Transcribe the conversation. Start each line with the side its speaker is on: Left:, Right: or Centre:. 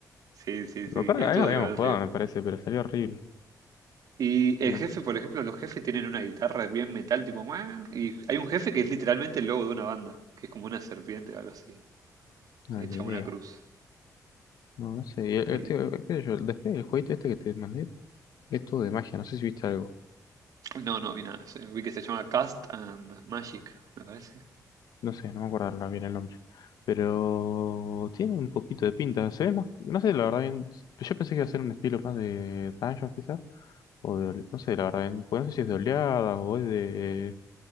Right: Sí, sí,
Left: Me
Right: sí.
Left: acuerdo
Right: Y
Left: que
Right: estuvo
Left: algo habíamos
Right: divertido.
Left: jugado, me parece, pero salió horrible.
Right: Y
Left: Así
Right: el
Left: que,
Right: jefe, por ejemplo, los jefes tienen una guitarra bien metal, tipo. "Muah", Y hay un jefe que es literalmente el logo de una banda, que es como una serpiente o algo así,
Left: no,
Right: hecha
Left: ni idea.
Right: una cruz.
Left: No, no sé. y Este,
Right: Y.
Left: eh, qué sé yo, después del jueguito este que te mandé, es todo de magia, no sé si viste algo.
Right: No, no vi nada. sí, Vi que se llama Cast and Magic, me parece.
Left: No sé, no me acuerdo ahora bien el nombre. Pero tiene un poquito de pinta, se ve más, no sé, la verdad bien, yo pensé que iba a ser un estilo más de Dungeons quizás, o de, ol- no sé, la verdad bien, pues no sé si es de oleadas o es de